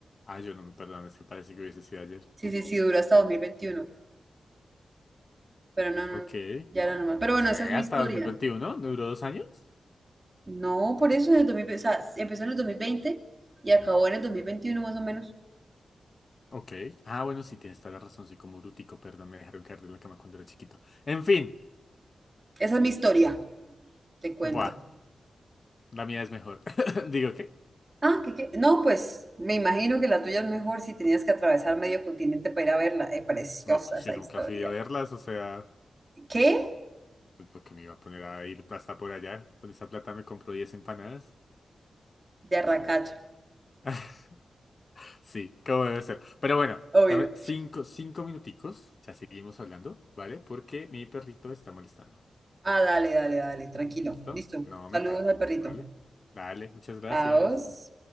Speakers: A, on the left; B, on the right.
A: Ah, yo no me perdón, es que parece que hubiese sido ayer.
B: Sí, sí, sí, duró hasta 2021, pero no, no,
A: Ok.
B: ya era normal. Pero bueno,
A: Che,
B: esa es mi
A: hasta
B: historia.
A: 2021, ¿no duró dos años?
B: No, por eso en el 2020, o sea, empezó en el 2020 y acabó en el 2021 más o menos.
A: Ok. Ah, bueno, sí, tienes toda la razón, soy como brutico, perdón, me dejaron caer de la cama cuando era chiquito. En fin,
B: Esa es mi historia, te cuento.
A: buah, la mía es mejor. <laughs> Digo, ¿qué?
B: Ah, ¿qué, qué? No, pues me imagino que la tuya es mejor si tenías que atravesar medio continente para ir a verla. Es preciosa
A: No, pues
B: esa
A: si nunca
B: historia.
A: fui a verlas, o sea,
B: ¿Qué?
A: pues, ¿por qué me iba a poner a ir hasta por allá? Con esa plata me compro 10 empanadas.
B: De Arracacha,
A: <laughs> Sí, como debe ser. Pero bueno,
B: obvio.
A: dame cinco, cinco minuticos. Ya seguimos hablando, ¿vale? Porque mi perrito está molestando.
B: Ah, dale, dale, dale, tranquilo.
A: ¿Listo?
B: Listo.
A: No
B: Saludos
A: me tardo,
B: al perrito.
A: ¿vale? Dale, muchas gracias.
B: Adiós.